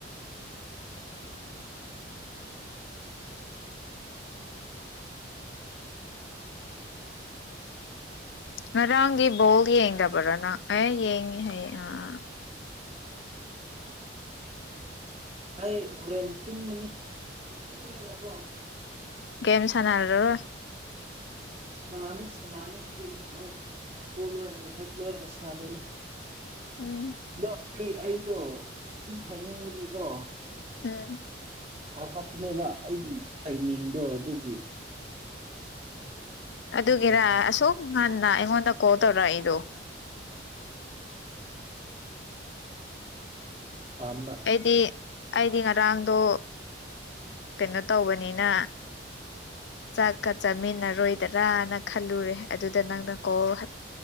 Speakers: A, on the left; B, on the right.
A: ꯉꯔꯥꯡꯗꯤ ꯕꯣꯜ ꯌꯦꯡꯗꯕ꯭ꯔꯥꯅꯪ ꯑꯦ ꯌꯦꯡꯉꯤ ꯍꯥꯏꯌꯦ ꯑꯥ ꯑꯥ
B: ꯑꯩ ꯍꯣꯔꯦꯟ ꯇꯨꯝꯃꯅꯤ ꯇꯨꯝꯅꯤꯡꯕꯅꯀꯣ
A: ꯀꯦꯝ ꯁꯥꯟꯅꯔꯔꯣꯏ
B: ꯁꯅꯥꯔꯅꯤ ꯁꯅꯥꯅꯤ ꯍꯧꯖꯤꯛ ꯅꯪ ꯁꯤꯀꯣꯜ ꯂꯣꯏꯔꯒ ꯍꯦꯛ ꯂꯣꯏꯔꯒ ꯁꯅꯥꯅꯤ
A: ꯎꯝ
B: ꯑꯗꯣ ꯑꯩ ꯑꯩꯗꯣ ꯊꯤ ꯐꯥꯏꯅꯤꯡꯕꯒꯤꯀꯣ
A: ꯎꯝ
B: ꯆꯥꯎꯈꯠꯄꯅꯦꯕ ꯑꯩꯒꯤ ꯇꯥꯏꯃꯤꯡꯗꯣ ꯑꯗꯨꯒꯤ
A: ꯑꯗꯨꯒꯤꯔ
B: ꯌꯥ
A: ꯑꯁꯨꯛ ꯉꯟꯅ ꯑꯩꯉꯣꯟꯗ ꯀꯣꯜ ꯇꯧꯔꯛꯏꯗꯣ
B: ꯄꯥꯝꯕ
A: ꯑꯩꯗꯤ ꯑꯩꯗꯤ ꯉꯔꯥꯡꯗꯣ ꯀꯩꯅꯣ ꯇꯧꯕꯅꯤꯅ ꯆꯥꯛꯀ ꯆꯥꯃꯤꯟꯅꯔꯣꯏꯗꯔꯥꯅ ꯈꯜꯂꯨꯔꯦ ꯑꯗꯨꯗ ꯅꯪꯅ ꯀꯣꯜ